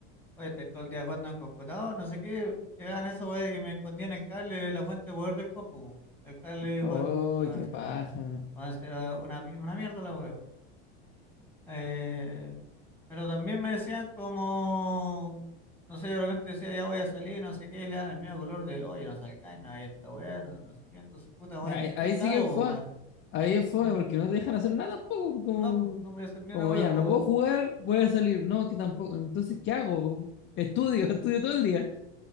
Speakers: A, in the centre; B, on the left.
A: Oye, estáis todo el día jugando en el computador, no sé qué. Llegaban esos weas que me escondían el cable, la fuente de poder del compu, el cable de
B: Oh,
A: poder, la conexión.
B: qué paja.
A: Van a ser ah, una, pi- una mierda la wea. Eh, pero también me decían como, no sé, de repente decía, ya voy a salir, no sé qué, y le dan el medio color de, oye, no salgáis, no, ahí está wea, no, no sé qué. Entonces, puta, weón,
B: Ya, Ahí,
A: ¿qué chucha
B: ahí sí
A: hago,
B: que fue,
A: po, weón?
B: ahí es fue
A: Mm,
B: porque no te dejan hacer nada tampoco, como,
A: No, no voy a hacer ni
B: como
A: una wea,
B: ya,
A: po.
B: no puedo jugar, voy a salir, no, que tampoco, entonces, ¿qué hago? Estudio, <laughs> estudio todo el día.